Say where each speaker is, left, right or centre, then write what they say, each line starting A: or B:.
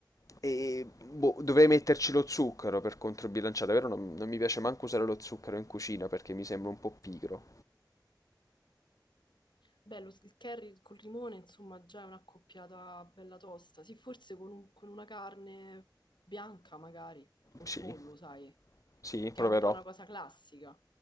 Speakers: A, on the left; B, on the left.
A: E boh, dovrei metterci lo zucchero per controbilanciare, però non, non mi piace manco usare lo zucchero in cucina perché mi sembra un po' pigro.
B: Beh, lo- il curry col limone, insomma, già è una coppiata bella tosta. Sì, forse con, un- con una carne bianca, magari, col
A: Sì,
B: pollo, sai,
A: sì,
B: che
A: proverò.
B: è un po' una cosa classica.